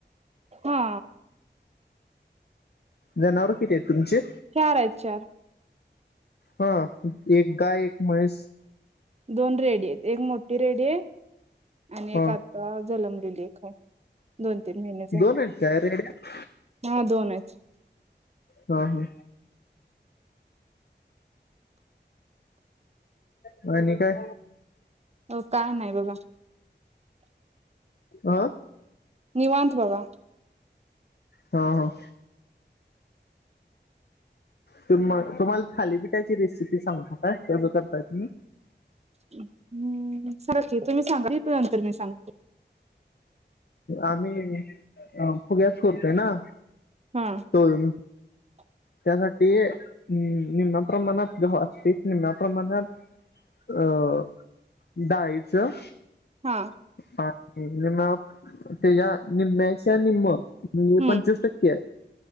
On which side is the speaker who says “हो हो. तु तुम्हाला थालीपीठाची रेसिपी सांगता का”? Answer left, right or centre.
Left